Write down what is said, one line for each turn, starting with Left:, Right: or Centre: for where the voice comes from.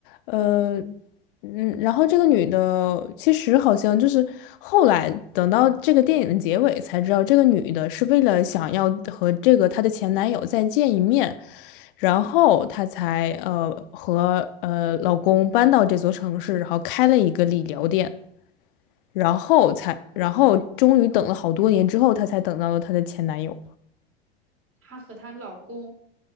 Left: 呃，嗯，然后这个女的其实好像就是后来等到这个电影的结尾才知道，这个女的是为了想要和这个她的前男友再见一面，然后她才呃和呃老公搬到这座城市，然后开了一个理疗店，然后才然后终于等了好多年之后，她才等到了她的前男友。
Right: 她和她老公